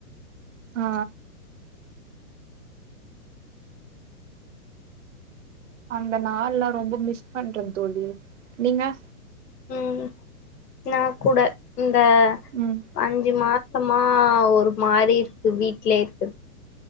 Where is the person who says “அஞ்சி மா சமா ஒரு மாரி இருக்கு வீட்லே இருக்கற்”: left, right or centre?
Left